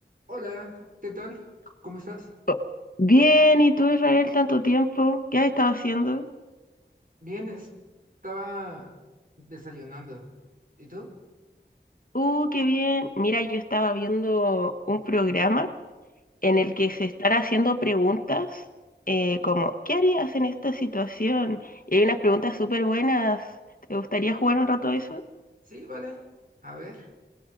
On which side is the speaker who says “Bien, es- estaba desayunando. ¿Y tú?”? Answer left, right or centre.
Right